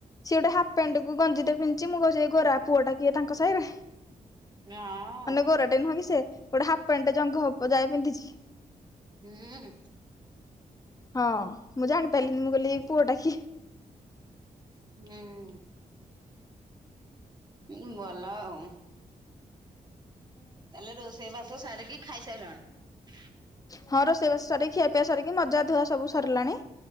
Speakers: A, on the left (about 20°); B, on the right (about 25°).
A: ସି ଗୋଟେ ପେଣ୍ଡୁକୁ ଗଞ୍ଜି ପିନ୍ଧି ମୁଁ କହୁଚି ଏ ଗୋରା ପୁଅ ଟା କିଏ ତାଙ୍କ ସହି ରେ।
B: ହଁ
A: ମାନେ ଗୋରାଟେ ନୁହଁ କି ସେ ଗୋଟେ ହାଫ ପ୍ୟାଣ୍ଟ ଟା ଜଙ୍ଘ ଯାଏ ପିନ୍ଧିଚି।
B: ହୁଁ
A: ହଁ ମୁଁ ଜାଣିପାରିଲିନି ମୁଁ କହିଲି ପୁଅ ଟା କିଏ?
B: ହୁଁ। ହଁ ବଲ ଆଉ। ତାହେଲେ ରୋଷେଇ ବାସ ସାରିକି ଖାଇସାରିଲାଣି।
A: ହଁ ରୋଷେଇବାସ ସରିିକି ଖିଆ ପିଇଆ ସରିକି ମଜା ଧୁଆ ସବୁ ସରିଲାଣି,